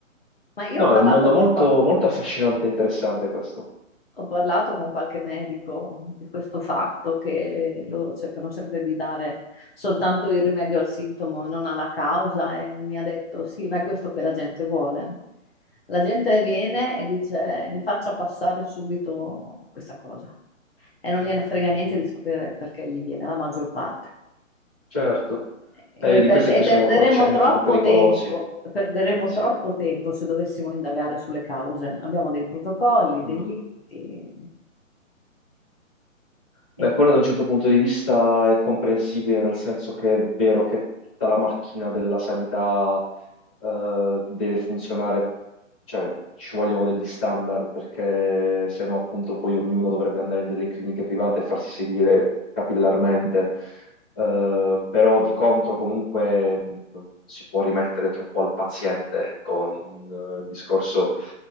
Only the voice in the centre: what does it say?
No,
è un mondo
molto,
molto affascinante e interessante questo.
Certo.
Eh, vedi,
questi
poi
sono approcci anche
un po' pericolosi.
Sì.
Mm.
Beh,
quello da un certo punto di vista è comprensibile, nel senso che è vero che tutta la macchina della sanità eh, deve funzionare, cioè ci vogliono degli standard, perché se no appunto poi ognuno dovrebbe andare in delle cliniche private e farsi seguire capillarmente. Eh, però di contro comunque mh, non si può rimettere troppo al paziente, ecco, un eh, discorso